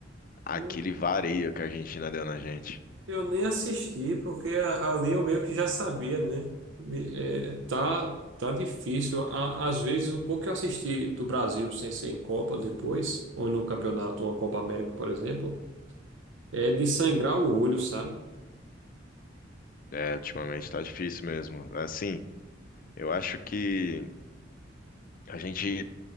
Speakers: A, on the left; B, on the right.
A: aquele
B: E eu
A: vareio que a Argentina deu na gente.
B: Eu nem assisti, porque ali eu meio que já sabia, né? É, tá, tá difícil. Á- Às vezes, o pouco que eu assisti do Brasil sem ser em Copa depois, ou no campeonato, ou a Copa América, por exemplo, é de sangrar o olho, sabe?
A: É, ultimamente tá difícil mesmo. Assim, eu acho que A gente